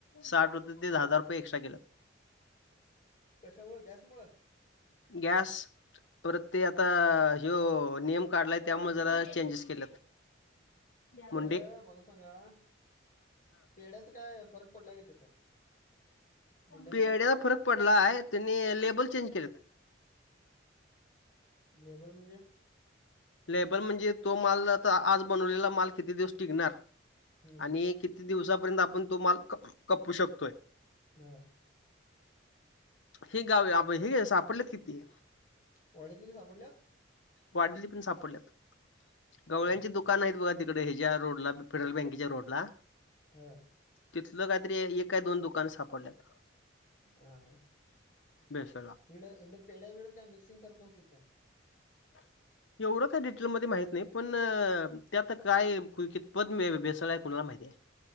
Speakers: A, on the left; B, on the left.
A: साठ रुपये ते दहा दहा रुपये एक्स्ट्रा केल्यात.
B: कशामुळे गॅसमुळ.
A: गॅस. परत ते आता हो नियम काढलाय त्यामुळे जरा चेंजेस केल्यात.
B: बरं
A: मुंडी.
B: मला सांगा पेढ्याचा काय फरक पडलाय का तिथं. मुंड्यामुळं
A: पेड्याचा फरक पडलाय त्यांनी लेबल चेंज केलेत.
B: लेबल म्हणजे.
A: लेबल म्हणजे तो माल आता आज बनवलेला माल किती दिवस टिकणार
B: हम्म
A: आणि क. किती दिवसापर्यंत आपण तो माल खपऊ शकतोय?.
B: हा.
A: हे गावी आप हे सापडलं किती?
B: वाडीतील सापडल्यात.
A: वाडीतली पण सापडल्यात गवळ्यांची
B: हा हा
A: दुकान आहेत बघा. तिकडे ह्याच्या रोड ला पिरल बँकेच्या रोड ला.
B: हा.
A: तिथलं काहीतरी एक काय दोन दुकान सापडल्यात.
B: हा इकड
A: भेसळला.
B: इकड पेढ्या बिड्यात काय मिक्सिंग करत नव्हतीत काय?.
A: <inaudible> एवढं काय डिटेलमध्ये माहित नाही पण त्यात काय कितपत म भेसळ आहे कुणाला माहिती?.